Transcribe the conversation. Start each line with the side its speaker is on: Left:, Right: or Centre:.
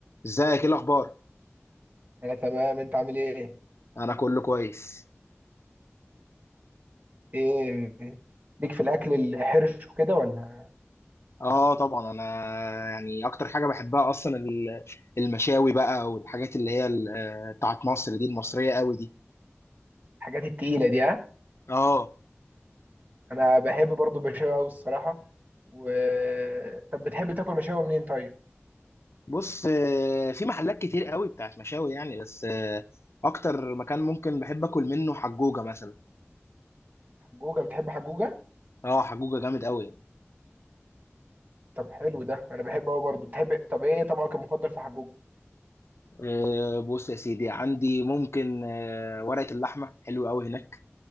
Left: ازيك ايه الاخبار
Right: انا تمام انت عامل ايه
Left: انا كله كويس
Right: ايه ليك في الاكل الحرش وكده ولا
Left: اه طبعا انا يعني اكتر حاجه بحبها اصلا ال- المشاوي بقى والحاجات اللي هي ال- آه، بتاعت مصر دي المصريه قوي دي
Right: الحاجات التقيله دي ها
Left: اه
Right: انا بحب برضو المشاوي قوي الصراحه و طب بتحب تاكل مشاوي منين طيب
Left: بص آه، في محلات كتير قوي بتاعت مشاوي يعني بس آه، اكتر مكان ممكن بحب اكل منه حجوجه مثلا
Right: حجوجه بتحب حجوجه
Left: اه حجوجه جامد قوي
Right: طب حلو ده انا بحبه قوي برضو بتحب طب ايه طبقك المفضل في حجوجه
Left: آه، بص يا سيدي عندي ممكن آه، ورقه اللحمه حلو قوي هناك